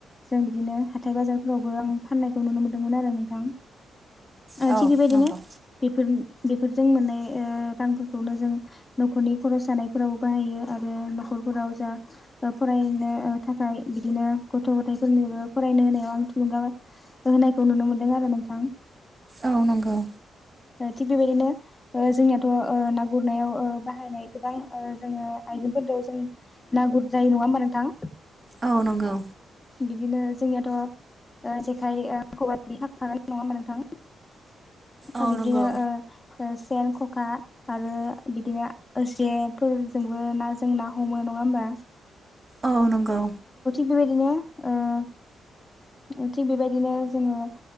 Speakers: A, on the left; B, on the right.
A: जों बिदिनो हाथाय बाजारफोरावबो आं फान्नायखौ नुनो मोनदोंमोन आरो नोंथां।
B: औ
A: थिग बेबायदिनो
B: नंगौ
A: बेफोर बेफोरजों मोननाय ओ रांफोरखौनो जों नखरनि खरस जानायफोरावबो बाहायो आरो नखरफोराव जा फरायनो थाखा य बिदिनो गथ गथायफोरनिबो फरायनो होनायाव आं थुलुंगाबो होनायखौ नुनो मोनदों आरो नोंथां।
B: औ नंगौ
A: थिग बेबायदिनो ओ जोंनियाथ' ओ ना गुरनायाव ओ बाहायनाय गोबां ओ जोङो आइजेंफोर जों ना गुर जायो नङा हा नोंथां
B: औ नंगौ
A: बिदिनो जोंनियाथ' ओ जेखाय ओ खबाइ बिदि थांखागोनाय नङा होमबा नोंथां!
B: औ
A: बिदिनो
B: नंगौ
A: ओ ओ सेन खखा आरो बिदिनो एसेफोरजोंबो ना जों ना हमो नङा होनबा
B: औ नंगौ
A: थि बेबायदिनो ओ थिग बेबायदिनो जोङो